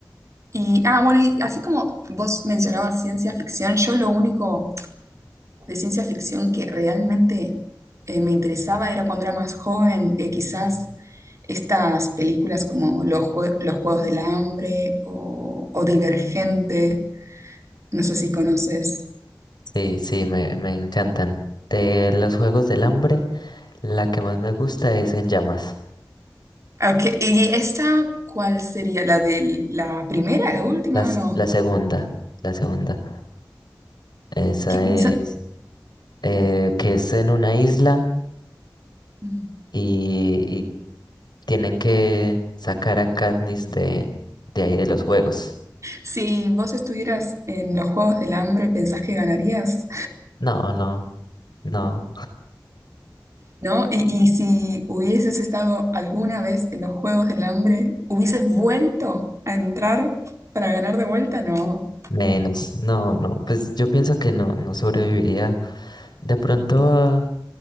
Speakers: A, on the right (about 40°); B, on the left (about 70°).
A: y, ah, bueno, y así como vos mencionabas ciencia ficción, yo lo único de ciencia ficción que realmente eh, me interesaba era cuando era más joven, eh, quizás estas películas como Los, Jue- Los Juegos del Hambre o, o Divergente, no sé si conoces.
B: Sí, sí, me, me encantan. De los Juegos del Hambre, la que más me gusta es En Llamas.
A: Ok, ¿Y esa cuál sería? ¿La de la primera, la última?
B: Las,
A: No.
B: la segunda, la segunda. Esa
A: ¿Qué hizo?
B: es, eh, que es en una isla
A: Mm.
B: y, y tienen que sacar a Katniss de, de ahí de los juegos.
A: Si vos estuvieras en los Juegos del Hambre, ¿pensás que ganarías?
B: No, no, no.
A: ¿No? Y, y si hubieses estado alguna vez en los Juegos del Hambre, ¿hubieses vuelto a entrar para ganar de vuelta? No,
B: Menos, no, no, pues yo pienso que no, no sobreviviría. De pronto,